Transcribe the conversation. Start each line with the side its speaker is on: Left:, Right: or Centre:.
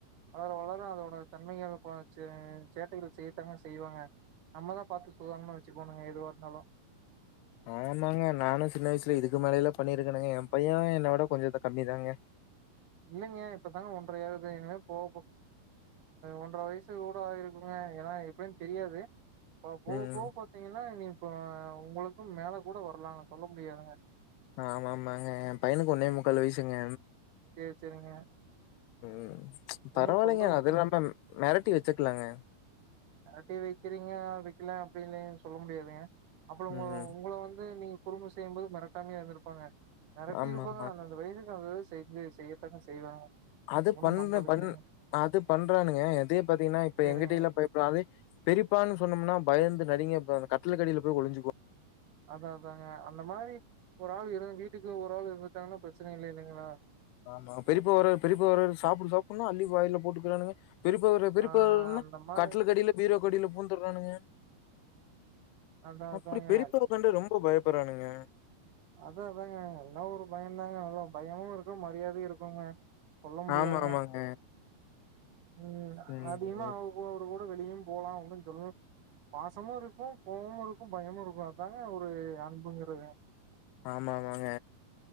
Right: வளர வளர அதோட தன்மைகள் பாசு சேட்டைகள் செய்யதா செய்வாங்க நம்மதா பார்த்து சூதானமா வச்சுக்கணுங்க எதுவா இருந்தாலும்
Left: ஆமாங்க நானும் சின்ன வயசுல இதுக்கு மேலலாம் பண்ணிருக்கனுங்க என் பையன் என்னை விட கொஞ்சோம் இத கம்மிதாங்க
Right: இல்லைங்க இப்பதாங்க ஒன்றையாவது இனிமே போகோ ஒன்றரை வயசு கூட ஆகிருக்குங்க ஏன்னா எப்டி னு தெரியாது போகப்போக
Left: ம்.
Right: பார்த்தீங்கன்னா நீ இப்போ உங்களுக்கும் மேல கூட வரலாங்க சொல்ல முடியாதுங்க
Left: ஆ ஆமா ஆமாங்க என் பையனுக்கு ஒன்னே முக்கால் வயசுங்க
Right: சேரி சேரிங்க
Left: ம் பரவாயில்லைங்க
Right: ஒன்னு சொல்றக்கு
Left: அதுல்லாம மிரட்டி வச்சுக்கலாங்க
Right: டிவி வைக்கிறீங்க வைக்கல அப்படின்னு சொல்ல முடியாதுங்க அப்புறம்
Left: ம்.
Right: உங்களை வந்து நீ குறும்பு செய்யும் போது மிரட்டாமையா இருந்திருப்பாங்க மிரட்டி
Left: ஆமாமா.
Right: இருப்பாங்க அந்த அந்த வயசுக்கு அந்த செஞ்சு செய்யத்தக்க செய்வாங்க
Left: அது
Right: ஒன்னும்
Left: பண்ற
Right: பண்றதுக்கு
Left: பண்
Right: இல்லைங்க
Left: அது பண்றானுங்க அதே பாத்தீங்கனா இப்ப
Right: சரிங்க
Left: எங்கிட்டீல பய ப்ராவெ பெரியப்பான்னு சொன்னொமுனா பயந்து நடுங்கி அப்ப அந்த கட்டுலுக்கடில போய் ஒளுஞ்சுக்குவோ
Right: அதாஅதாங்க அந்த மாரி ஒரு ஆள் இரு வீட்டுக் கு ஒரு ஆள் இருந்துட்டாங்னா ப்ரச்சன இல்ல இல்லெங்களா
Left: ஆமா பெரிப்பா வரா பெரிப்பா வராரு சாப்புடு சாப்புன்னா அள்ளி வாய்ல போட்டுக்குறானுங்க பெரிப்பா வரா பெரிப்பா
Right: ஆ
Left: வராருனு
Right: அந்த மாரி
Left: கட்லுக்கடில பீரோக்கடில பூந்துர்றானுங்க
Right: அதா
Left: அப்டி
Right: அதாங்க
Left: பெரிப்பாவ கண்டு ரொம்ப பயப் புறானுங்க
Right: அதாஅ தாங்க எல்லா ஒரு பயந்தாங்க நல்ல பயமு இருக்கு மரியாதை இருக்குங்க சொல்ல முடியாதுங்க
Left: ஆமா ஆமாங்க
Right: ம்
Left: ம்.
Right: அதிமா ஓரு ஒ ஆ வெளியும் போலா ஒன்னுஞ் சொல் பாசமுருக்கூ கோவமுருக்கூ பயமுருக்கூ அதாங்க ஒரு அன்புங்குறதே
Left: ஆமாமாங்க